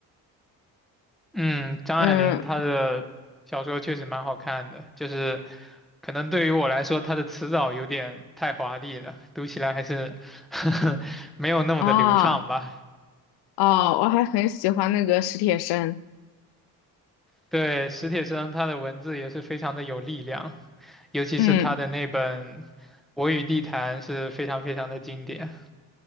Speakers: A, in the centre; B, on the left.
A: 嗯，张爱玲她的小说确实蛮好看的，
B: 嗯
A: 就是可能对于我来说，她的词藻有点太华丽了，读起来还是 <laughs> 没有那么的流畅吧。
B: 啊哦，我还很喜欢那个史铁生，
A: 对，史铁生他的文字也是非常的有力量，尤其是他的那本
B: 嗯，
A: 《我与地坛》是非常非常的经典。